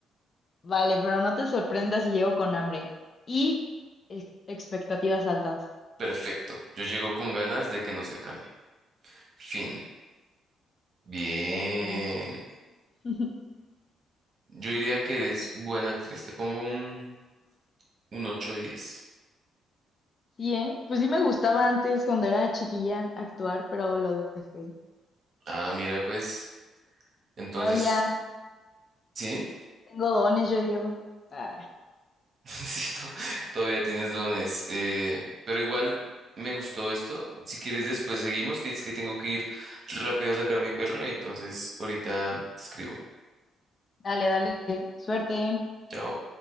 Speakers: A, on the left; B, on the right.
A: Vale, pero no te sorprendas si llego con hambre y ex- expectativas altas.
B: Perfecto. Yo llego con ganas de que no se acabe. Fin. Bien.
A: Bien. <laughs>
B: Yo diría que eres buena actriz. Te pongo un, un 8 de diez.
A: Sí, ¿eh? Pues sí me gustaba antes cuando era chiquilla actuar, pero lo dejé.
B: Ah, mira, pues. Entonces,
A: Todavía
B: sí,
A: tengo dones, yo digo. Ah,
B: <laughs> sí, to- todavía tienes dones. Eh, pero igual me gustó esto. Si quieres, después seguimos, que es que tengo que ir rápido a sacar a mi perro. y Entonces, ahorita te escribo.
A: dale, dale, suerte.
B: Chao.